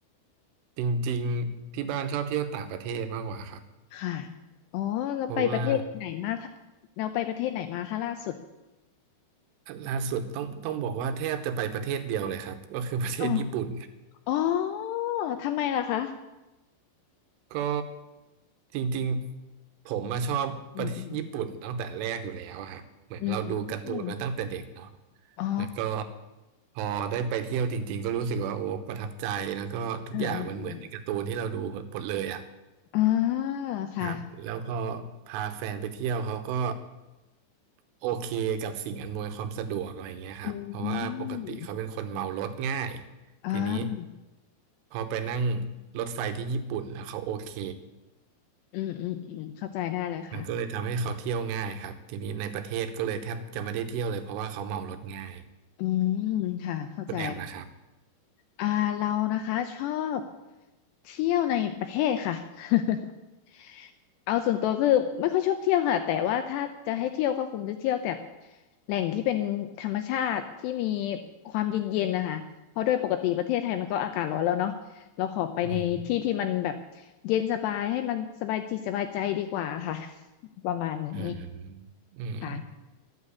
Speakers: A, on the right; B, on the left.
A: จริงๆที่บ้านชอบเที่ยวต่างประเทศมากกว่าครับ
B: ค่ะอ๋อเราไปประเทศไหนมาคะเราไปประเทศไหนมาคะล่าสุด
A: เพราะว่าล่าสุดต้องต้องบอกว่าแทบจะไปประเทศเดียวเลยครับก็คือประเทศญี่ปุ่น
B: อ๋ออ๋อทำไมล่ะคะ
A: ก็จริงๆผมมาชอบประเทศญี่ปุ่นตั้งแต่แรกอยู่แล้วอะครับเหมือนเราดูการ์ตูนมาตั้งแต่เด็กเนาะ
B: อืมอืมอืมอมอ๋อ
A: แล้วก็พอได้ไปเที่ยวจริงๆก็รู้สึกว่าโอ้ประทับใจแล้วก็ทุกอย่างมันเหมือนในการ์ตูนที่เราดูหมดเลยอ่ะ
B: เออเออเอออ่าค่ะ
A: ครับแล้วพอพาแฟนไปเที่ยวเขาก็โอเคกับสิ่งอำนวยความสะดวกอะไรอย่างเงี้ยครับเพราะว่าปกติเขาเป็นคนเมารถง่าย
B: อืมอ่า
A: ทีนี้พอไปนั่งรถไฟที่ญี่ปุ่นแล้วเขาโอเค
B: อืมอืมอืมเข้าใจได้เลยค่ะ
A: มันก็เลยทำให้เขาเที่ยวง่ายครับทีนี้ในประเทศก็เลยแทบจะไม่ได้เที่ยวเลยเพราะว่าเขาเมารถง่าย
B: อืมค่ะเข้าใจ
A: คุณแอมนะครับ
B: อ่าเรานะคะชอบเที่ยวในประเทศค่ะ <laughs> เอาส่วนตัวคือไม่ค่อยชอบเที่ยวค่ะแต่ว่าถ้าจะให้เที่ยวก็คงจะเที่ยวแต่แหล่งที่เป็นธรรมชาติที่มีความเย็นๆนะคะเพราะโดยปกติประเทศไทยมันก็อากาศร้อนแล้วเนาะเราขอไปในที่ที่มันแบบ
A: อืม
B: เย็นสบายให้มันสบายจิตสบายใจดีกว่าค่ะ <laughs> ประมาณนี้
A: อืมอืม
B: ค่ะ